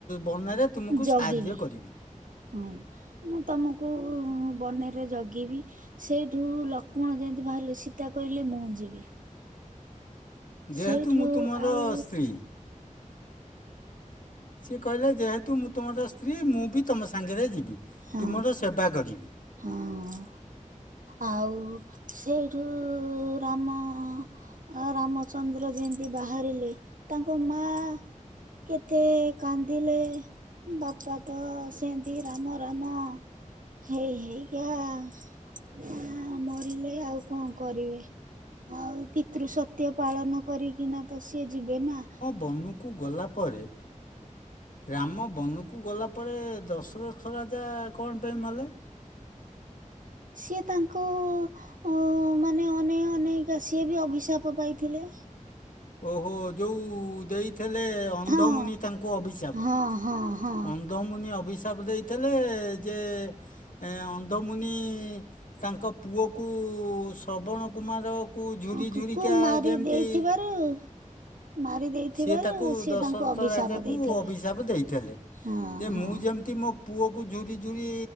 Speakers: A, on the left; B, on the right.
A: ବନରେ ତୁମକୁ
B: ଯଗିଵି
A: ସାହାଯ୍ୟ କରିବି
B: ହୁଁ। ମୁଁ ତୁମକୁ ବନରେ ଜଗିବି। ସେଇଠୁ ଲକ୍ଷ୍ମଣ ଯେମିତି ବାହାରିଲେ ସୀତା କହିଲେ ମୁଁ ଯିବି।
A: ଯେହେତୁ
B: ସେଇଠୁ
A: ମୁଁ ତୁମର
B: ଆଉ
A: ସ୍ତ୍ରୀ। ସିଏ କହିଲେ ଯେହେତୁ ମୁଁ ତୁମର ସ୍ତ୍ରୀ ମୁଁ ବି ତମ ସାଙ୍ଗରେ ଯିବି,
B: ହଁ
A: ତୁମର ସେବା କରିବି।
B: ହଁ ଆଉ ସେଇଠୁ ରାମ। ଆ ରାମଚନ୍ଦ୍ର ଯେମିତି ବାହାରିଲେ ତାଙ୍କ ମାଆ। କେତେ କାନ୍ଦିଲେ। ବାପା ତ ସେନତି ରାମ ରାମ ହେଇ ହେଇ ହେଇକା। ହଁ। ମରିଲେ ଆଉ କଣ କରିବେ? ଆଉ ପିତୃ ସତ୍ୟ ପାଳନ କରିକିନା ତ ସିଏ ଯିବେ ନା।
A: ବନୁକୁ ଗଲା ପରେ। ରାମ ବନୁକୁ ଗଲା ପରେ ଦଶରଥ ରାଜା କଣ ପାଇଁ ମଲେ?
B: ସିଏ ତାଙ୍କୁ ଅଉ ମାନେ ଅନେଇ ଅନେଇକା ସିଏ ବି ଅଭିଶାପ ପାଇଥିଲେ।
A: ଓହୋ ଯୋଉ ଦେଇଥେଲେ ଅନ୍ଧମୁନି
B: ହଁ
A: ତାଙ୍କୁ ଅଭିଶାପ।
B: ହଁ ହଁ ହଁ
A: ଅନ୍ଧ ଅନ୍ଧମୁନି ଅଭିଶାପ ଦେଇଥିଲେ ଯେ ଏ ଅନ୍ଧମୁନି। ତାଙ୍କ ପୁଅକୁ ଶ୍ରବଣ କୁମାରକୁ ଝୁରି
B: ହଁ କୁକୁ
A: ଝୁରିକା
B: ମାରି
A: ଯେମିତି।
B: <unintelligible>
A: ସିଏ ତାକୁ
B: ସିଏ
A: ଦଶରଥ
B: ତାଙ୍କୁ ଅଭିଶାପ
A: ରାଜାକୁ
B: ଦେଇଥିଲେ।
A: ଅଭିଶାପ ଦେଇଥେଲେ
B: ହଁ
A: ଯେ
B: ହଁ
A: ମୁଁ ଯେମି ତି ମୋ ପୁଅ କୁ ଝୁରି ଝୁରି